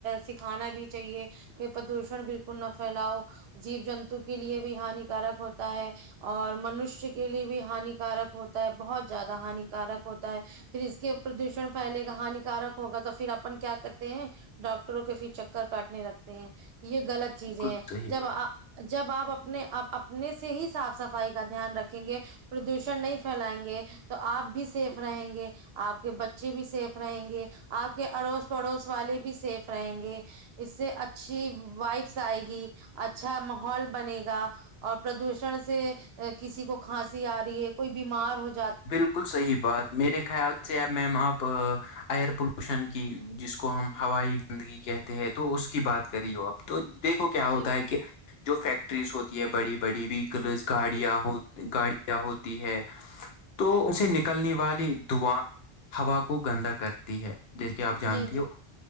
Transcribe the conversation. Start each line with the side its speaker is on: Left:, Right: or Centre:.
Right: سکھانا بھی چاہیے- کہ پردوشن بالکل نہ پھیلاؤ- جیب -جنتو کے لیے بھی ہانیکارک ہوتا ہے اور منشی کے لیے بھی ہانیکارک- ہوتا ہے بہت زیادہ ہانیکارک ہوتا ہے- پھر اس کے پردوشن پھیلے گا ہانیکارک ہوگا تو پھر اپن کیا کرتے ہیں- ڈاکٹروں کے پھر چکر کاٹنے لگتے ہیں یہ غلط چیزیں
Left: بالکل
Right: ہیں
Left: صحیح
Right: جب
Left: بات
Right: آ جب آپ اپنے اپنے سے ہی صاف صفائی کا دھیان رکھیں گے پردوشن نہیں پھیلائیں گے تو آپ بھی سیف رہیں گے- آپ کے بچے بھی سیف رہیں گے, آپ کے اڑوس پڑوس والے بھی سیف رہیں گے- اس سے اچھی وائبس آئے گی, اچھا ماحول بنے گا- اور پردوشن سے کسی کو کھانسی آ رہی, ہے کوئی بیمار ہو ج-
Left: بالکل صحیح بات میرے خیال میم آپ ایئر پولوشن کی جس کو ہم ہوائی گندگی کہتے ہیں تو اس کی بات کری ہو آپ- تو دیکھو کیا ہوتا
Right: جی
Left: ہے کہ جو فیکٹریز ہوتی ہے بڑی- بڑی ویکلز گاڑیاں
Right: جی جی
Left: ہو, گاڑیاں ہوتی ہے- تو اسے نکلنے والی دعاں ہوا کو گندا کرتی ہے- جس کہ آپ جانتی
Right: جی جی
Left: ہو